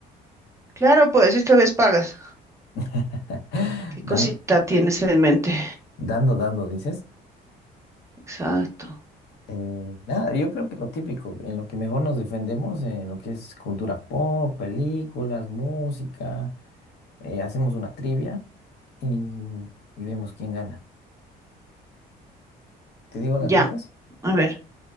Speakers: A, on the right; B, on the left.
A: Claro, pues si esta vez pagas.
B: <laughs>
A: ¿Qué cosita
B: Dan-
A: tienes en mente?
B: dando, dando, dices.
A: Exacto.
B: Eh, nada, yo creo que lo típico, en lo que mejor nos defendemos, en lo que es cultura pop, películas, música, eh, hacemos una trivia y, y vemos quién gana. ¿Te digo
A: Ya,
B: las reglas?
A: a ver,